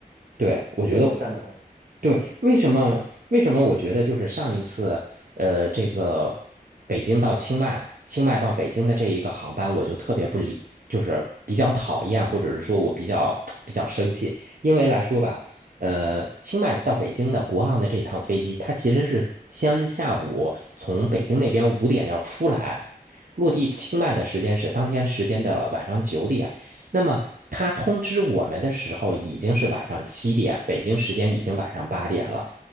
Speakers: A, on the right; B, on the right.
A: 对，我觉得。
B: 这个我赞同
A: 对，为什么？为什么我觉得就是上一次，呃，这个北京到清迈，清迈到北京的这一个航班，我就特别不理，就是比较讨厌，或者是说我比较 <tsk> 比较生气，因为来说吧，呃，清迈到北京的国航的这一趟飞机，它其实是先下午从北京那边五点要出来，落地清迈的时间是当天时间的晚上九点。那么他通知我们的时候已经是晚上七点，北京时间已经晚上八点了，